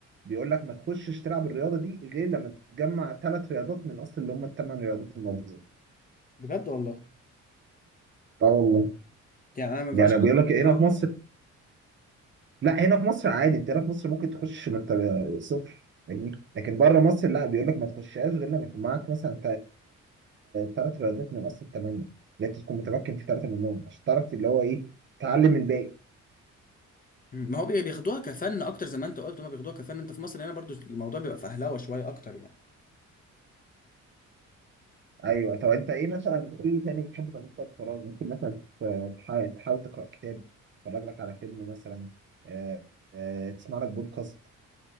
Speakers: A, on the right; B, on the left.
A: بيقول لك ما تخشش تلعب الرياضه دي غير لما تجمع ثلاث رياضات من اصل اللي هم الثمان رياضات الموجودين
B: بجد والله
A: اه والله
B: يعني انا ما ينفعش
A: يعني
B: أقول-
A: بيقول لك هنا
B: اه
A: في مصر لا هنا في مصر عادي انت هنا في مصر ممكن تخش ما انت صفر فاهمني؟ لكن بره مصر لا بيقول لك ما تخشهاش غير لما يكون معاك مثلا ثلاث رياضات من اصل الثمانيه يعني أنت تكون متمكن في ثلاثه منهم عشان تعرف اللي هو ايه تعلم الباقي
B: مم. ما هو بي- بياخدوها كفن اكتر زي ما انت قلت هما بياخدوها كفن انت في مصر هنا برضو الموضوع بيبقى فهلوه شويه اكتر يعني
A: ايوه طب انت ايه مثلا في تاني بتحب تعمله في وقت فراغ ممكن مثلا ت- تح- تحاول تقرا كتاب تتفرج لك على فيلم مثلا آه، آه، تسمع لك بودكاست